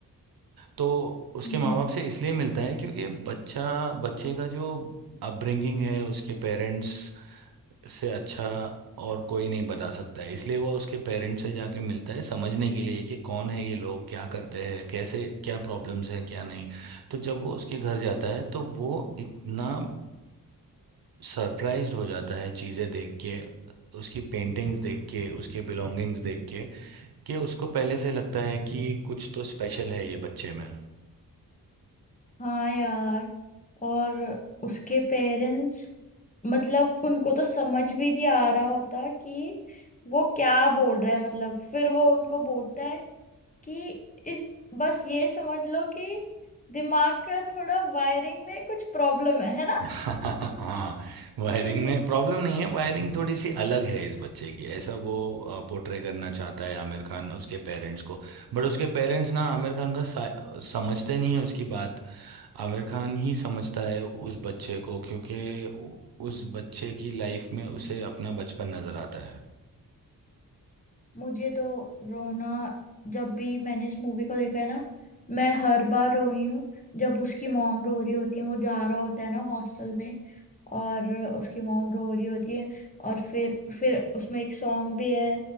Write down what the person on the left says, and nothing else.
हम्म।
हाँ यार और उसके पेरेंट्स मतलब उनको तो समझ भी नहीं आ रहा होता कि वो क्या बोल रहा है मतलब फिर वो उनको बोलता है कि इस बस ये समझ लो कि दिमाग का थोड़ा वायरिंग में कुछ प्रॉब्लम है है ना
<laughs>
मुझे तो रोना जब भी मैंने इस मूवी को देखा है ना मैं हर बार रोई हूँ जब उसकी मॉम रो रही होती है वो जा रहा होता है ना हॉस्टल में और उसकी मॉम रो रही होती है और फिर फिर उसमें एक सॉन्ग भी है